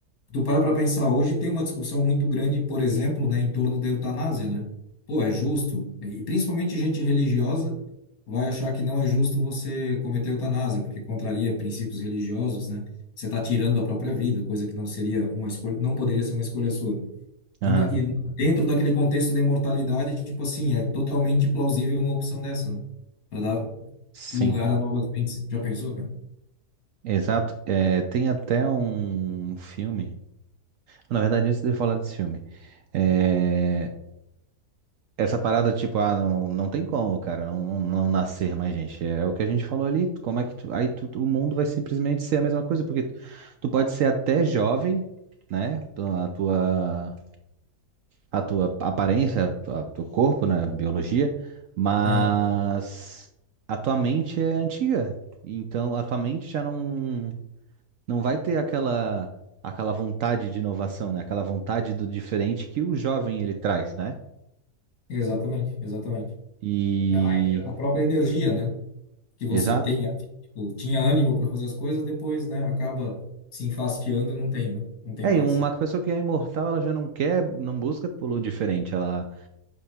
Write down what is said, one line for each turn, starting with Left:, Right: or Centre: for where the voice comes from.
Left: Tu para para pensar, hoje tem uma discussão muito grande, por exemplo, né, em torno da eutanásia, né? Pô, é justo? E principalmente gente religiosa vai achar que não é justo você cometer eutanásia, porque contraria princípios religiosos, né? Você está tirando a própria vida, coisa que não seria uma escolha, não poderia ser uma escolha sua.
Right: Aham.
Left: E, na, e dentro daquele contexto da imortalidade, tipo assim, é totalmente plausível uma opção dessa, né? Para dar
Right: Sim.
Left: lugar a novas mentes. Já pensou, cara?
Right: Exato. É, tem até um filme. Na verdade, antes de eu falar desse filme, é, Essa parada, tipo, ah, não, não tem como, cara, não, não, não nascer mais gente. É o que a gente falou ali, tu- como é que tu, aí tu, o mundo vai simplesmente ser a mesma coisa, porque tu, tu pode ser até jovem, né? tu- A tua, a tua aparência, o teu corpo, né? Biologia, mas
Left: Aham,
Right: a tua mente é antiga. Então a tua mente já não, não vai ter aquela, aquela vontade de inovação, né? Aquela vontade do diferente que o jovem ele traz, né?
Left: Exatamente, exatamente.
Right: E.
Left: A, a própria energia, né? que você
Right: Exato.
Left: tenha, tipo, tinha ânimo para fazer as coisas, depois, né, acaba se enfastiando e não tem, né? Não tem
Right: É,
Left: mais.
Right: e uma pessoa que é imortal, ela já não quer, não busca pelo diferente. Ela,